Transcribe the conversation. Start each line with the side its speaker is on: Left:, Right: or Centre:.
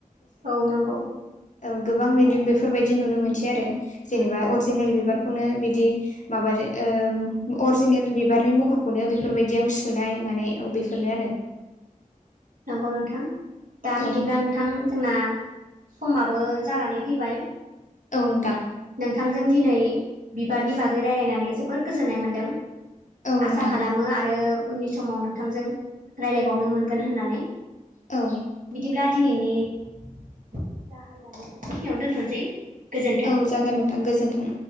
Right: औ नंगौ
Left: औ गोबां बिदि बेफोरबायदि नुनो मोनसै आरो जेनेबा अरिजिनेल बिबारखौनो बिदि माबाजों ओ अरिजिनेल बिबारनि महरखौनो बेफोरबायदियाव सुनाय मानाय बेफोरनो आरो
Right: नंगौ नोंथां दा
Left: औ
Right: बिदिब्ला नोंथां जोंना समाबो जानानै फैबाय
Left: औ नोंथां
Right: नोंथांजों दिनै बिबारनि बागै रायज्लायनानै जोबोद गोजोननाय मोन्दों
Left: औ
Right: आसा
Left: नोंथां
Right: खालामो आरो उननि समाव नोंथांजों राय्लायबावनो मोनगोन होननानै
Left: औ
Right: बिदिब्ला दिनैनि जा आयदा बेखौ बे खिनियावनो दोनथ'नोसै गोजोन
Left: औ जागोन नोंथां गोजोन्थों